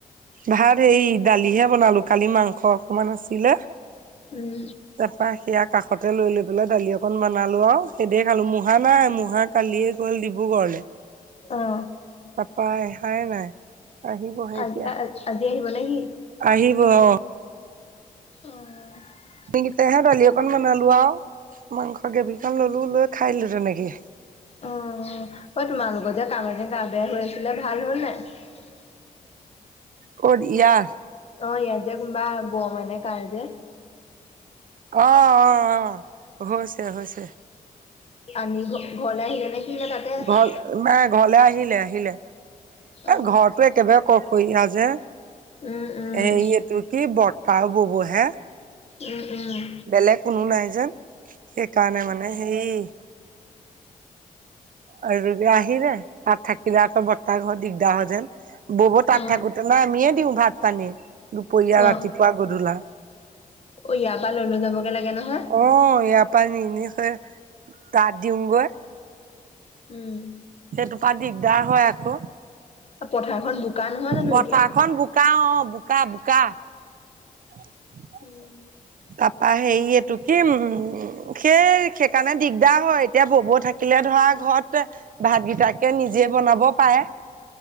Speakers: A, on the right; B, on the left.
A: ভাত সেই দালিহে বনালো কালি মাংস অকণমান আছিলে।
B: উম।
A: তাৰপা সেয়া কাষতে লৈ-লৈ পেলাই দালি অকণ বনালো আৰু সেই দি খালো। মহাক নাই মহাক- কালিয়ে গ'ল ডিব্ৰুগড়লে।
B: অঁ।
A: তাৰাপা আহাই নাই। আহিবহে
B: আজ,
A: এতিয়া
B: আজি আহিব নেকি?
A: আহিব অঁ',।
B: অহ।
A: আমি কেইটাহে দালি অকণ বনালো আৰু মাংস কেইপিচমান ল'লো লৈ খাই দিলো তেনেকে।
B: অঁহ', ঐ তোমালোকৰ যে কাৰোবাৰ যে গা বেয়া হৈ আছিলে ভাল হ'ল নাই? <unintelligible>
A: ক'ত ইয়াৰ?
B: অঁ', -ইয়াত যে কোন বা বৰমাৰ নে কাৰ যে।
A: অঁহ', -অঁহ', -অঁহ', হৈছে-হৈছে।
B: আনি ঘ-ঘৰলে আহিলে নেকি নে তা'তে আছে?
A: ঘৰ নাই, ঘৰলে আহিলে-আহিলে-আহিলে
B: অ
A: ঘৰতটো একেবাৰে অকলশৰীয়া যে।
B: উম উম
A: এই এইটো কি বৰটা আৰু বুবু হে।
B: উমঁ-উমঁ।
A: বেলেগ কোনো নাই যে সেইকাৰণে মানে সেই- আৰু যদিও আহিলে তা'ত থাকিলে আকৌ বৰটাৰ ঘৰত দিগদাৰ হয় যে। বৌহঁত তা'ত
B: অ
A: থাকোতে মানে আমিয়ে দিওঁ ভাত-পানী- দুপৰীয়া,
B: অ
A: ৰাতিপুৱা, গধূলা।
B: ইয়াৰ পৰা লৈ-লৈ যাবগে লাগে নহয়।
A: অঁহ', -ইয়াৰ পৰা নি-নি সেই তা'ত দিওঁ গৈ।
B: উম।
A: সেইটো পৰা দিগদাৰ হয় আকৌ।
B: পথাৰখন বোকা নহয় জানো
A: পথাৰখন
B: এতিয়া।
A: বোকা অঁ', বোকা-বোকা। <unintelligible>
B: উমঁ।
A: তাৰপৰা হেৰি এইটো কি উমঁ' সেই সেইকাৰণে দিগদাৰ হয় এতিয়া ববও থাকি- লে ধৰা ঘৰতে ভাত কেইটাকে নিজে বনাব পাৰে।